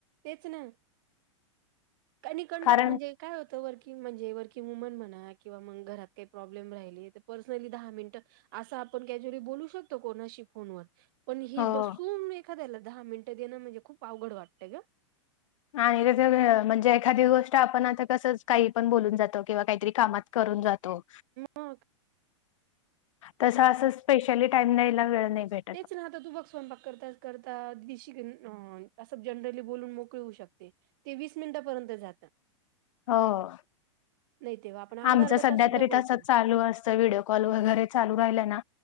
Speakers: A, on the right; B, on the left.
A: तेच ना. आणि कंटा,
B: कारण
A: म्हणजे काय होतं. वर्किंग म्हणजे वर्किंग वुमन म्हणा. किंवा मग घरात काही प्रॉब्लेम राहिले तर, पर्सनली दहा मिनटं असं आपण, कॅज्युली बोलू शकतो. कोणाशी फोनवर. पण हे
B: हो.
A: बसून, मी एखाद्याला दहा मिनिटं देणं. म्हणजे खूप अवघड वाटतंय गं.
B: आणि ते सगळं. म्हणजे, एखादी गोष्ट आपण आता कसं, काही पण बोलून जातो. किंवा काहीतरी कामात करून जातो. तो.
A: मग
B: तसं, असं स्पेशली टाईम द्यायला, वेळ नाही भेट
A: तेच, ना. आता तू बघ, स्वयंपाक करता करता. दिशी न अ असं जनरली बोलून, मोकळे होऊ शकते. ते वीस मिनिटापर्यंत जातं.
B: हो.
A: नाही तेव्हा आपण अर्धा
B: आमचं
A: अर्धा
B: सध्या
A: तास सुद्धा
B: तरी
A: बोलतो
B: तसचं चालू अस त. व्हिडिओ कॉल वगैरे, चालू राहिल ना